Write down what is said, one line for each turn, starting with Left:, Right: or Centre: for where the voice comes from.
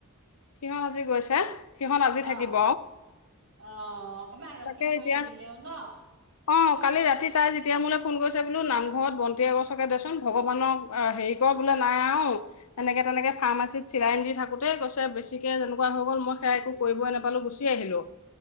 Left: সিহঁত আজি গৈছে, সিহঁত আজি থাকিব।
Right: অ অ অকণমান ৰখি
Left: তাকে এতিয়া
Right: কৰি দিলেও ন,
Left: অ কালি ৰাতি তাই যেতিয়া মোলৈ ফোন কৰিছে বোলো নামঘৰত বন্তি এগ <unintelligible> দেচোন ভগৱানক অ হেৰি কৰ বোলে নাই আৰু এনেকে তেনেকে ফাৰ্মাচিতত চিলাইন দি থাকোতে কৈছে বেছিকে যেনেকুৱা হৈ গ'ল মই সেয়া একো কৰিবই নাপালো গুচি আহিলো।